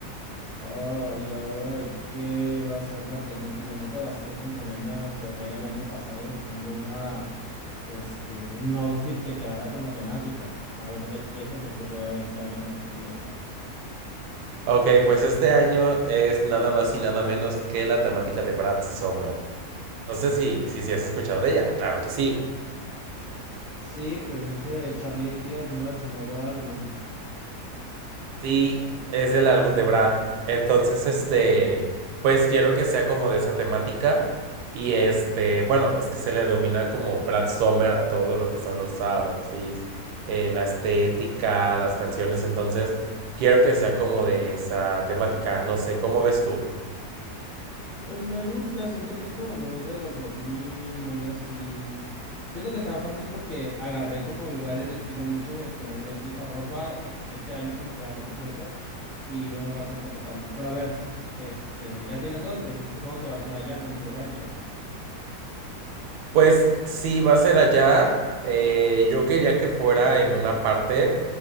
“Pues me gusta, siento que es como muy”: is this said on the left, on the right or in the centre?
Left